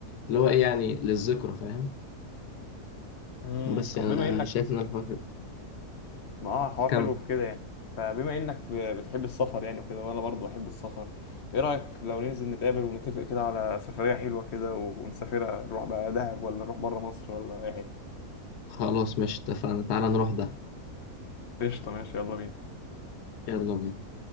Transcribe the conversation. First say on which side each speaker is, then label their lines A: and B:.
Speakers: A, on the left; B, on the left.
A: اللي هو ايه يعني للذكرى فاهم
B: امم
A: بس
B: طب
A: يعني
B: بما
A: انا
B: انك
A: شايف ان الحوار
B: ما اه الحوار
A: كم
B: حلو في كده يعني فبما انك ب- بتحب السفر يعني وكده وانا برضو بحب السفر ايه رأيك لو ننزل نتقابل ونتفق كده على سفرية حلوة كده ونسافرها نروح بقى دهب ولا نروح بره مصر ولا اي حتة
A: خلاص مش اتفقنا تعالى نروح ده
B: قشطة ماشي يلا بينا
A: يلا بينا